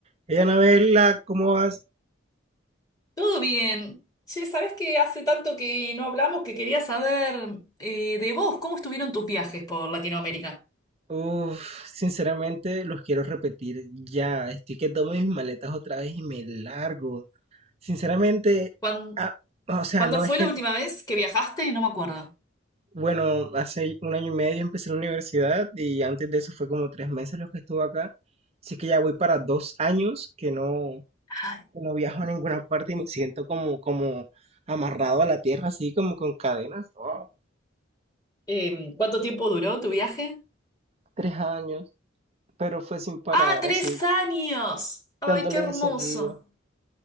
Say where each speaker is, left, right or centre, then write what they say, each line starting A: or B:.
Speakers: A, on the right; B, on the left.
A: Hey, Anabela, ¿cómo vas?
B: Todo bien. Che, sabés que hace tanto que no hablamos que quería saber eh, de vos, ¿cómo estuvieron tus viajes por Latinoamérica?
A: Uf, sinceramente los quiero repetir ya. Estoy que tomo mis maletas otra vez y me largo. Sinceramente,
B: ¿Cuán-
A: ah, o sea,
B: ¿Cuándo,
A: no
B: fue
A: es que,
B: la última vez que viajaste? No me acuerdo.
A: bueno, hace un año y medio empecé la universidad y antes de eso fue como tres meses los que estuve acá. Así que ya voy para dos años que no,
B: Ay,
A: que no viajo a ninguna parte y me siento como, como amarrado a la tierra, así como con cadenas. Wow,
B: Em, ¿cuánto tiempo duró tu viaje?
A: tres años, pero fue sin parar,
B: ¡Ah, tres
A: así,
B: años! ¡Ay,
A: dándole
B: qué hermoso!
A: de seguido.